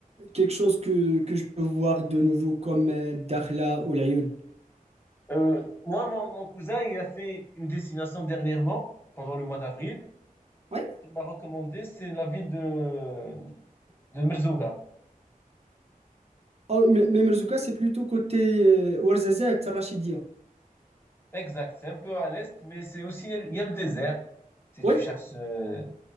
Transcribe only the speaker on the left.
Euh, moi, mon, mon cousin, il a fait une destination dernièrement, pendant le mois d'avril,
qu'il m'a recommandé, c'est la ville de, de Merzouga.
Exact, c'est un peu à l'est, mais c'est aussi, il y a le désert. Si
tu cherches, euh,